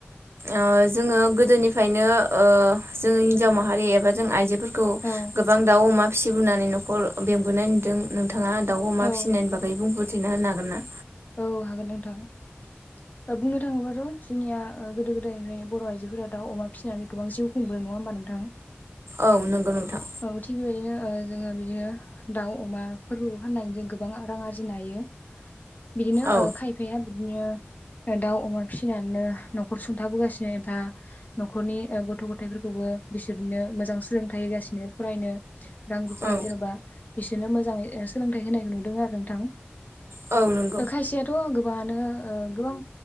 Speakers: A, on the right; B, on the left.
A: ओ जोङो गोदोनिफायनो ओ जोङो हिनजाव माहारि एबा जों आइजोफोरखौ
B: औ
A: गोबां दाउ अमा फिसिबोननानै न'खर बेंबोनाय नुदों नोंथाङा दा
B: औ
A: फिसिनायनि बागै बुंफोरथना होनो हागोन ना
B: औ हागोन नोंथां बुंनो थाङोबाथ' जोंनिया ओ गोदो-गोदायनि बर' आइजोफोरा दाउ अमा फिसिनानै गोबां जिउ खुंबो नङा होमबा नोंथां
A: औ नंगौ नोंथां
B: औ थिग बेबायदिनो ओ जोङो बिदिनो दाउ अमाफोरखौ फाननानै जों गोबां रां आरजिनो हायो बिदिनो
A: औ
B: ओ खायफाया बिदिनो दाउ अमा फिसिनानैनो न'खर सुंथाबोगासिनो एबा न'खरनि ओ गथ'-ग'थायफोरखौबो ओ बिसोरनो मोजां सोलोंथाइ होगासिनो फरायनो रां रुफा
A: औ
B: जेन'बा बिसोरनो मोजाङै सोलोंथाइ होनायखौ नुदों आरो नोंथां
A: औ नों
B: खायसेयाथ' गोबाङानो ओ गोबां